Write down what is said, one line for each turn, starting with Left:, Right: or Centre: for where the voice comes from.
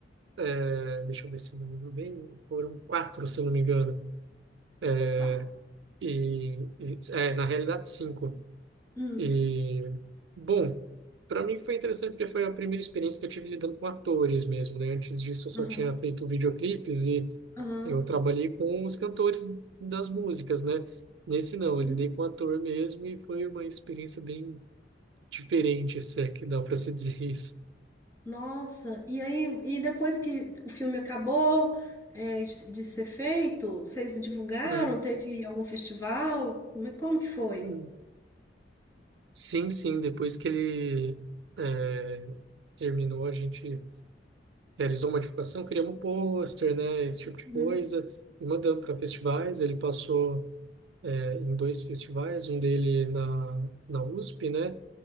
Right: eh, deixa eu ver se eu me lembro bem, foram quatro, se eu não me engano. É,
Left: Quatro?
Right: e, e- é, na realidade, cinco.
Left: Hum,
Right: E, bom, para mim foi interessante porque foi a primeira experiência que eu tive lidando com atores mesmo, né? Antes disso, eu só
Left: aham,
Right: tinha feito videoclipes e
Left: aham.
Right: eu trabalhei com os cantores das músicas, né? Nesse não,
Left: uhum.
Right: eu lidei com ator mesmo e foi uma experiência bem diferente, se é que dá para se dizer <laughs> isso.
Left: Nossa, e aí, e depois que o filme acabou, é, de, de ser feito, vocês divulgaram?
Right: Hum,
Left: Teve algum festival? Como é, como que foi?
Right: hum. Sim, sim, depois que ele é, terminou, a gente. realizou modificação, criamos um pôster, né, esse tipo de
Left: Uhum.
Right: coisa, e mandamos para festivais. Ele passou é, em dois festivais, um dele na, na USP, né,